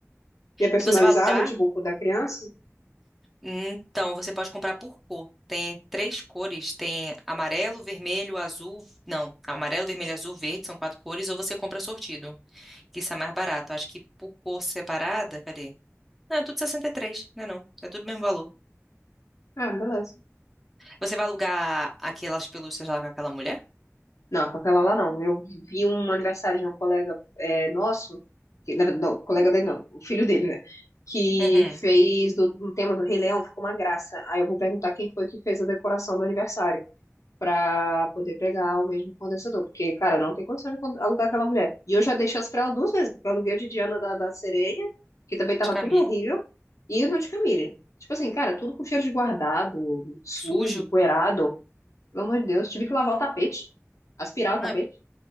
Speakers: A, on the left; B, in the centre.
A: E é personalizado,
B: E você vai alugar?
A: tipo o cu da criança?
B: Então, você pode comprar por cor. Tem três cores, tem amarelo, vermelho, azul. Não, amarelo, vermelho, azul, verde, são quatro cores, ou você compra sortido, que isso é mais barato. Acho que por cor separada, cadê? Não, é tudo 63, né não? É tudo o mesmo valor.
A: Ah, beleza.
B: Você vai alugar aquelas pelúcias lá com aquela mulher?
A: Não, com aquela lá não. Eu vi um aniversário de um colega é, nosso, que, na verdade, não, colega dele não, o filho dele, né? Que
B: Uhum.
A: fez do, um tema do Rei Leão, ficou uma graça. Aí eu vou perguntar quem foi que fez a decoração do aniversário. pra poder pegar o mesmo fornecedor. Porque, cara, não tem condição de con- alugar aquela mulher. E eu já dei chance pra ela duas vezes, porque eu aluguei o de Diana da, da Sereia, que também tava
B: De camelo.
A: tudo horrível, e o no de Camille. Tipo assim, cara, tudo com cheiro de guardado, sujo,
B: Sujo.
A: poeirado. Pelo amor de Deus, tive que lavar o tapete, aspirar o
B: Não,
A: tapete.